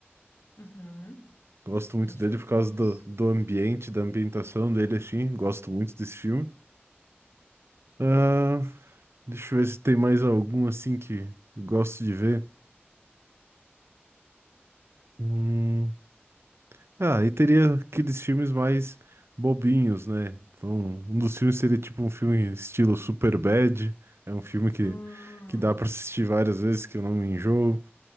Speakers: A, on the left; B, on the right.
A: Uhum.
B: Gosto
A: Acho
B: muito dele
A: que eu
B: por
A: conheço.
B: causa do, do ambiente, da ambientação dele, assim. Gosto muito desse filme. Ah, deixa eu ver se tem mais algum assim que eu gosto de ver. Hum, Ah, e teria aqueles filmes mais bobinhos, né? Então, um dos filmes seria tipo um filme estilo Superbad, é um filme que,
A: Hum.
B: que dá para assistir várias vezes, que eu não me enjoo.